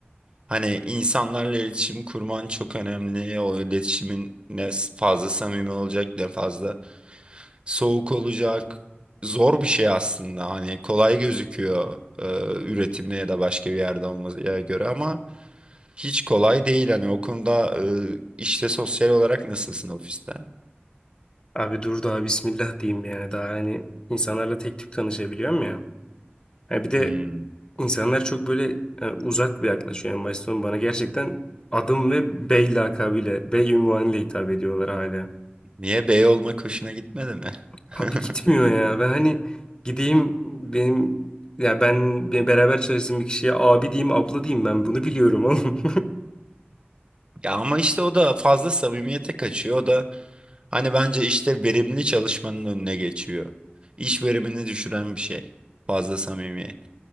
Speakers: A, on the right (about 25°); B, on the left (about 25°).
A: Hani insanlarla iletişim kurman çok önemli. O iletişimin ne s- fazla samimi olacak ne fazla soğuk olacak. Zor bir şey aslında. Hani kolay gözüküyor e, üretimde ya da başka bir yerde olmaya göre ama Hiç kolay değil hani o konuda e, işte sosyal olarak nasılsın ofiste?
B: Abi dur daha bismillah diyeyim yani. Daha hani insanlarla tek tük tanışabiliyorum ya. Ha bir de
A: Hmm,
B: insanlar çok böyle e, uzak bir yaklaşıyor en başta. Sonra Bana gerçekten adım ve bey lakabıyla, bey unvanıyla hitap ediyorlar hala.
A: Niye bey olmak hoşuna gitmedi mi? <laughs>
B: Abi gitmiyor ya. Ben hani gideyim benim ya ben, ben beraber çalıştığım bir kişiye abi diyeyim, abla diyeyim ben bunu biliyorum oğlum.
A: Ya ama işte o da fazla samimiyete kaçıyor. O da hani bence işte verimli çalışmanın önüne geçiyor. İş verimini düşüren bir şey. Fazla samimiyet.